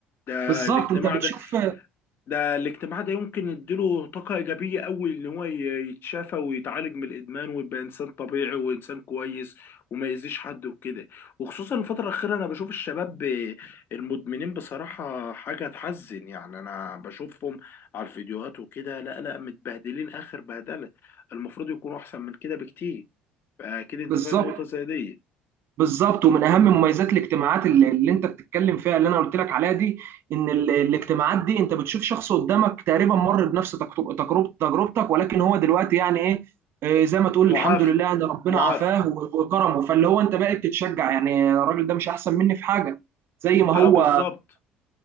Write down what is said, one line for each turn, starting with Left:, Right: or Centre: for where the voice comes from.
Left: ده
Right: بالظبط
Left: الاجتماع
Right: انت بتشوف
Left: ده ده الاجتماع ده يمكن يديله طاقة إيجابية قوي إن هو ي- يتشافى ويتعالج من الإدمان ويبقى إنسان طبيعي وإنسان كويس وما يأذيش حد وكده وخصوصا الفترة الأخيرة أنا بشوف الشباب ب- المدمنين بصراحة حاجة تحزن يعني أنا بشوفهم على الفيديوهات وكده لا لا متبهدلين آخر بهدلة المفروض يكونوا أحسن من كده بكتير فأكيد أنت
Right: بالظبط
Left: فاهم نقطة زي دي
Right: بالظبط
Left: مم.
Right: ومن اهم مميزات الاجتماعات اللي, اللي انت بتتكلم فيها اللي انا قلت لك عليها دي ان ال- الاجتماعات دي انت بتشوف شخص قدامك تقريبا مر بنفس تجرب- تجرب- تجربتك ولكن هو دلوقتي يعني ايه آه، زي ما تقول
Left: معافى
Right: الحمد لله ان ربنا
Left: معافى
Right: عافاه و- وكرمه فاللي هو انت بقى بتتشجع يعني الراجل ده مش احسن مني في حاجه زي ما
Left: أه
Right: هو
Left: بالظبط